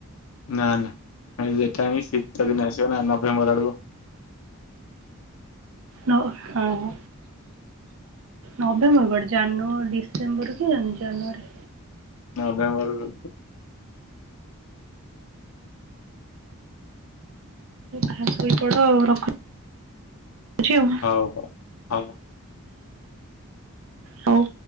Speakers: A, on the left (about 70°); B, on the right (about 65°).
A: ନା ନା ସେଟା ହିଁ ଶୀତ ଦିନେ ଆସିବ ନା ନଭେମ୍ବର ଆଡ଼କୁ।
B: ନ ହଁ। ନଭେମ୍ବର କୁଆଡେ ଜାନୁ ଡିସେମ୍ବର କି ଜାନୁଆରୀ।
A: ନଭେମ୍ବର
B: ଖଇ ସୋଇପଡ ଆଉ ରଖୁ ଚି ଆଉ।
A: ହଉ ହଉ ହଉ।
B: ହଉ।